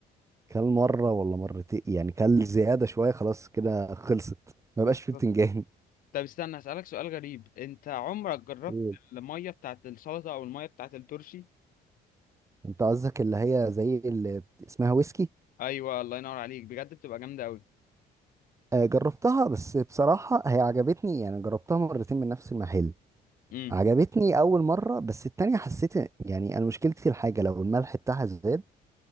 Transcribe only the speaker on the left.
بالظبط
طب استنى اسالك سؤال غريب انت عمرك جربت
الميه بتاعت السلطه او الميه بتاعت الترشي
ايوه الله ينور عليك بجد بتبقى جامده قوي
امم